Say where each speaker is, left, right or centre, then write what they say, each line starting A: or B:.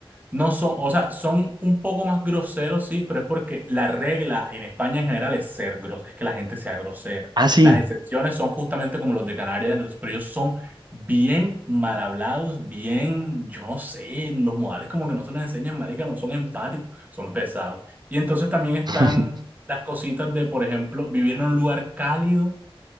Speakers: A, on the right; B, on the right.
A: No son, o sea, son un poco más groseros, sí, pero es porque la regla en España en general es ser grosero, es que la gente sea grosera.
B: Ah, sí.
A: Las excepciones son justamente como los de Canarias, entonces, pero ellos son bien mal hablados, bien, yo no sé, los modales como que no se les enseñan, marica, no son empáticos, son pesados. Y entonces también están
B: <laughs>
A: las cositas de, por ejemplo, vivir en un lugar cálido